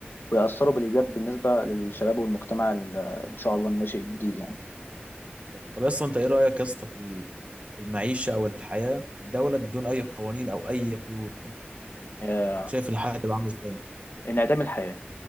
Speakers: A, on the left (about 60°); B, on the right (about 35°).
A: ويأثروا بالإيجاب بالنسبة للشباب والمجتمع ال- آه، إن شاء الله الناشئ الجديد يعني
B: طب اصلا انت ايه رايك يا اسطى في في المعيشه او الحياه في الدوله بدون اي قوانين او اي قيود
A: آه،
B: شايف الحلقه تبقى عامله ازاي
A: انعدام الحياة